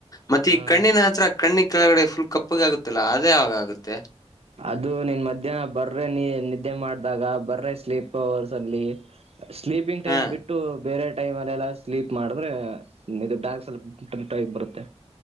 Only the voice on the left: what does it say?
ಮತ್ತೆ
ಈ ಕಣ್ಣಿನ ಹತ್ರ ಕಣ್ಣಿ ಕೆಳಗಡೆ ಫುಲ್ ಕಪ್ಪಗ ಆಗುತ್ತಲ್ಲ ಅದೇ ಆವಾಗಾಗುತ್ತೆ
ಹಾ